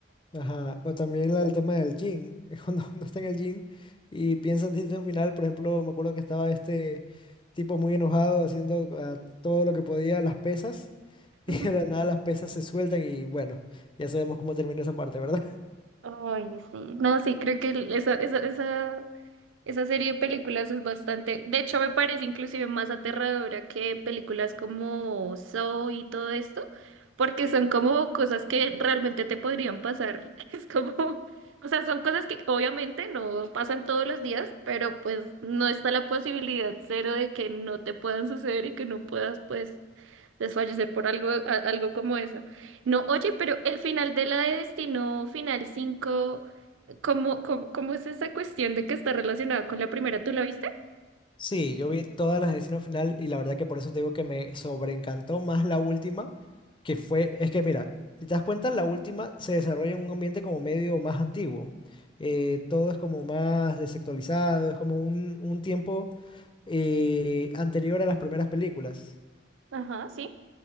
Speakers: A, on the left (about 25°); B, on the right (about 80°).
A: Ajá. O también la- el tema del gym, <laughs> es cuando uno está en el gym y piensa en Destino Final, por ejemplo, me acuerdo que estaba este tipo muy enojado haciendo ah, todo lo que podía las pesas <laughs> y
B: Ujú.
A: de la nada las pesas se sueltan y bueno, ya sabemos cómo termina esa parte, ¿verdad?
B: Ay, sí. No, sí, creo que el- esa, esa, esa. Esa serie de películas es bastante, de hecho me parece inclusive más aterradora que películas como Saw y todo esto, porque son como cosas que realmente te podrían pasar. <laughs> Es como, o sea, son cosas que obviamente no pasan todos los días, pero pues no está la posibilidad cero de que no te puedan suceder y que no puedas pues desfallecer por algo, a- algo como eso. No, oye, pero el final de la de Destino Final 5. ¿Cómo, cómo, cómo es esa cuestión de que está relacionada con la primera? ¿Tú la viste?
A: Sí, yo vi todas las de Final y la verdad que por eso te digo que me sobreencantó más la última, que fue, es que mira, si te das cuenta, la última se desarrolla en un ambiente como medio más antiguo. Eh, todo es como más desactualizado, es como un, un tiempo eh, anterior a las primeras películas.
B: Ajá, sí.